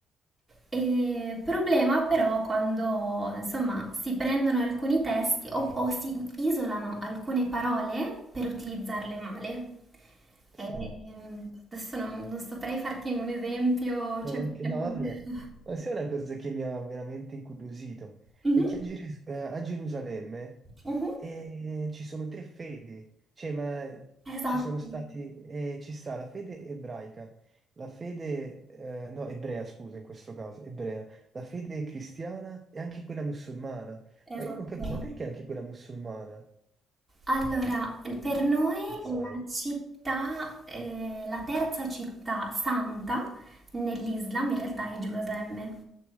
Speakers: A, on the right (about 15°); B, on the right (about 35°).
A: E problema però quando insomma si prendono alcuni testi o, o si isolano alcune parole per utilizzarle male.
B: sì.
A: Ehm, adesso non, non saprei farti un esempio,
B: No,
A: cioè perché...
B: anche- no, vabbè,
A: <laughs>
B: ma sai una cosa che mi ha veramente incuriosito?
A: Mhm,
B: È che a, Geris- eh, a Gerusalemme
A: mhm.
B: eh, ci sono tre fedi, cioè, ma
A: Esatto,
B: ci sono stati, eh, ci sta la fede ebraica, la fede, eh, no, ebrea, scusa, in questo caso, ebrea, la fede cristiana e anche quella musulmana.
A: esatto.
B: Ma io non capisco, ma perché anche quella musulmana?
A: Allora, per noi
B: Se
A: la
B: Sai?
A: città, eh, la terza città santa nell'Islam in realtà è Gerusalemme.